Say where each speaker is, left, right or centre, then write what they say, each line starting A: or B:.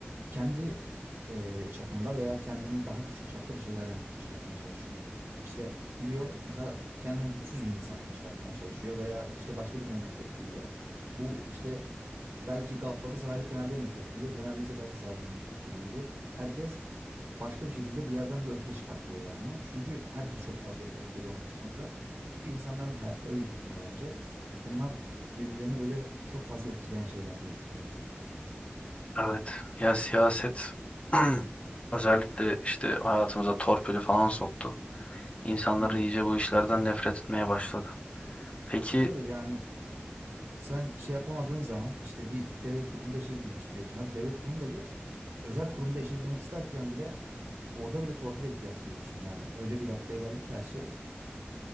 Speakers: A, on the right (about 80°); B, on the left (about 30°).
A: kendi e, çapında veya kendinden daha küçük çapta bir şeylerden çıkartmaya çalışıyor. İşte gidiyor mesela kendinden güçsüz bir insandan çıkartmaya çalışıyor veya işte başka birine nefret duyuyor. Bu işte belki Galatasaraylı Fenerli'ye nefret duyuyor, Fenerli ise Galatasaraylı'ya nefret duyuyor gibi. Herkes başka bir şekilde bir yerden bir öfke çıkartıyor yani. Çünkü herkes çok fazla öfkede olmuş durumda. Çünkü insanların hayatları iyi gitmiyor bence. Bunlar birbirlerini böyle çok fazla etkileyen şeyler diye düşünüyorum.
B: Evet ya siyaset <clears throat> özellikle işte hayatımıza torpili falan soktu. İnsanları
A: Evet.
B: iyice bu işlerden nefret etmeye başladı. Peki
A: E tabii yani sen şey yapamadığın zaman işte bir devlet kurumunda işe girmek istiyorsun. Hadi devlet kurumu da geç. Özel kurumda işe girmek isterken bile orada bile torpile ihtiyaç duyuyorsun. Yani öyle bir raddeye geldi ki her şey.